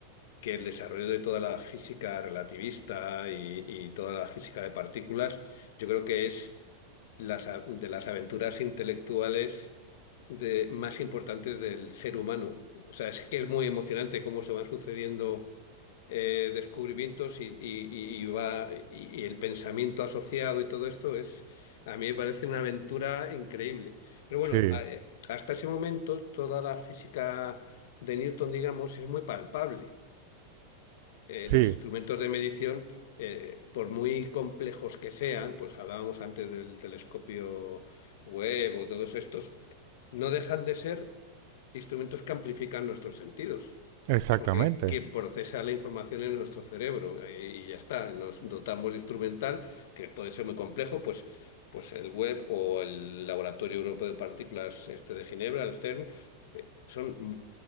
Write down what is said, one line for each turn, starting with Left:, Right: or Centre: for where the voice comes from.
Left: que el desarrollo de toda la física relativista y, y toda la física de partículas, yo creo que es las a- de las aventuras intelectuales de, más importantes del ser humano. O sea, es que es muy emocionante cómo se van sucediendo eh, descubrimientos y, y- y y va, y, y el pensamiento asociado y todo esto es, a mí me parece una aventura increíble. Pero bueno,
Right: Sí,
Left: a- eh, hasta ese momento toda la física de Newton, digamos, es muy palpable. Eh,
Right: sí,
Left: los instrumentos de medición, eh, por muy complejos que sean, pues hablábamos antes del telescopio Webb o todos estos, no dejan de ser instrumentos que amplifican nuestros sentidos
Right: exactamente.
Left: porque que procesa la información en nuestro cerebro eh, y ya está. Nos dotamos de instrumental, que puede ser muy complejo, pues, pues el web o el Laboratorio Europeo de Partículas este de Ginebra, el CERN, eh, son m-